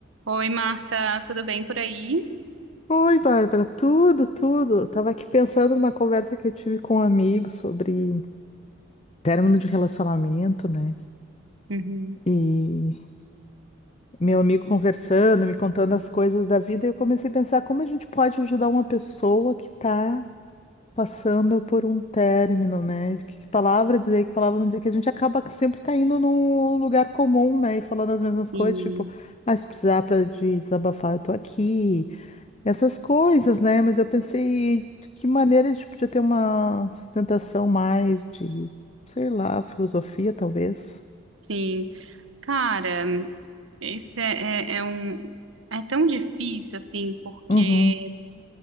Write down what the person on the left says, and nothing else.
Oi, Bárbara, tudo, tudo. Tava aqui pensando numa conversa que eu tive com um amigo sobre término de relacionamento, né?
E meu amigo conversando, me contando as coisas da vida, e eu comecei a pensar como a gente pode ajudar uma pessoa que tá passando por um término, né? Que que palavra dizer, que palavra não dizer, que a gente acaba sempre caindo num lugar comum, né? E falando as mesmas
coisas, tipo, ah, se precisar pra desabafar, eu tô aqui. essas coisas, né? Mas eu pensei de que maneira a gente podia ter uma sustentação mais de, sei lá, filosofia, talvez.
Uhum,